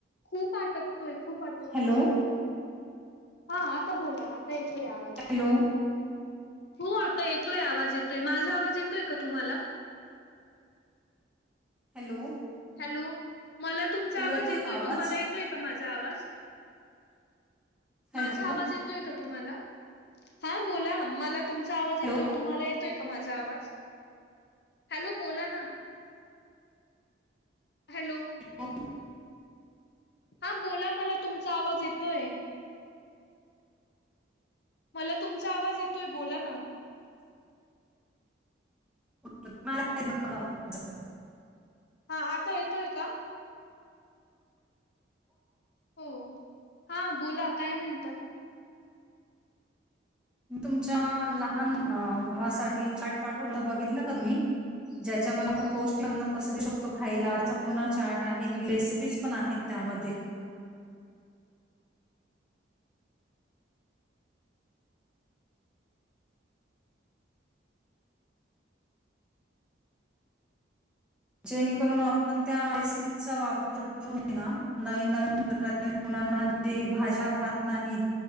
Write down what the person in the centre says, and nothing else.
हॅलो
हॅलो
हॅलो!
हॅलो
का आवाज
हॅलो
हॅलो
<inaudible>
<unintelligible>
तुमच्या लहान अ भावासाठी चाट पाठवलं बघितलं का मी. ज्याच्यामध्ये आपण पौष्टिक अन्न कस देऊ शकतो खायलाचा त्याचा पूर्ण चाट आहे <inaudible> पीस पण आहे त्यामध्ये. जेणेकरून आपण त्या रेसिपीचा वापर करून हे ना नवीन नवीन प्रकारे मुलांना जे भाज्या खात नाहीत.